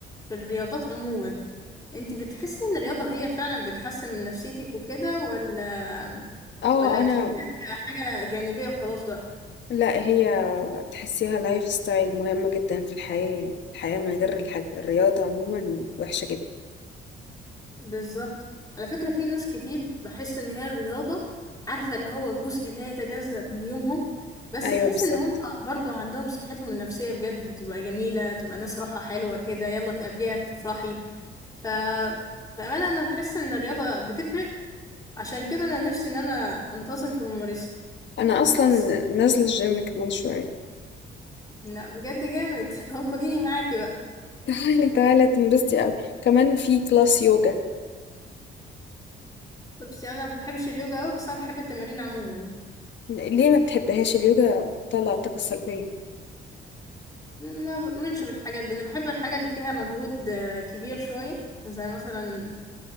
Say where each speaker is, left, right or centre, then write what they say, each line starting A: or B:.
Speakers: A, on the left; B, on the left.
A: في الرياضات عموما انتي بتحسي إن الرياضة هي فعلا بتحسن من نفسيتك وكده ولا
B: اه
A: ولا بتحبيها
B: انا
A: كحاجة جانبية وخلاص بقى
B: لا هي تحسيها لايف ستايل مهمة جدا في الحياة يعني الحياة من غير الحاج... الرياضة عموما وحشة جدا
A: بالظبط على فكرة في ناس كتير بحس إن هي الرياضة عارفة اللي هو جزء لا يتجزأ من يومهم بس
B: أيوة
A: بحس
B: بالظبط
A: إن هم برضو عندهم صحتهم النفسية بجد بتبقى جميلة تبقى ناس روحها حلوة كده يلا تقابليها تفرحي ف بأمانة أنا بحس إن الرياضة بتفرق عشان كده أنا نفسي إن أنا أنتظم في ممارسة
B: أنا أصلا
A: بس
B: نازلة الجيم كمان شوية
A: لا بجد جامد <laughs> طب خديني معاكي بقى
B: <laughs> تعالي تعالي تنبسطي أوي كمان في كلاس يوجا
A: بس أنا ما بحبش اليوجا أوي بس أنا بحب التمارين عموما
B: ليه ما بتحبهاش اليوجا بتطلع الطاقة السلبية
A: ما بؤمنش بالحاجات دي انا بحب الحاجة اللي فيها مجهود آه، كبير شوية زي مثلا